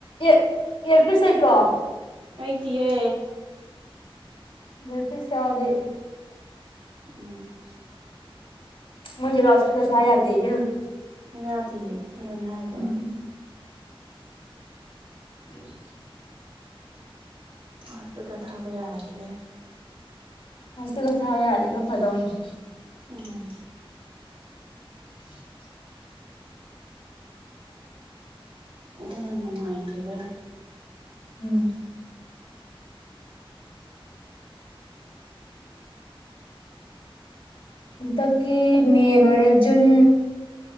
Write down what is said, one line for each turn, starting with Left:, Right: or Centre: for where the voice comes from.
Left: ꯑꯦ- ꯑꯦꯔꯄꯤꯁ ꯂꯩꯇ꯭ꯔꯣ
Right: ꯂꯩꯇꯤꯌꯦ
Left: ꯌꯔꯄꯤꯁ ꯌꯥꯎꯔꯗꯤ
Right: ꯎꯝ
Left: ꯃꯣꯢꯖꯤ ꯂꯥꯎꯁ꯭ꯄꯤꯀ꯭ꯔ ꯊꯥ ꯌꯥꯗꯦ ꯏꯕꯦꯝꯃ
Right: ꯌꯥꯗꯤꯌꯦ ꯑꯗꯨꯅꯦ ꯍꯥꯏꯖꯦ
Left: ꯎꯝ ꯎꯝ
Right: ꯂꯥꯎꯠ ꯁ꯭ꯄꯤꯀꯔ ꯊꯥꯕ ꯌꯥꯗꯤꯌꯦ
Left: ꯂꯥꯎꯠ ꯁ꯭ꯄꯤꯀ꯭ꯔ ꯊꯥ ꯌꯥꯔꯗꯤ ꯈꯔ ꯐꯗꯩꯅꯦ
Right: ꯎꯝ
Left: <inaudible>
Right: ꯕꯨꯊꯟꯅ ꯅꯨꯡꯉꯥꯏ ꯊꯦꯕꯦꯟ
Left: ꯎꯝ ꯑꯟꯇꯀꯤ ꯃꯦ ꯂꯣꯏꯔꯦ June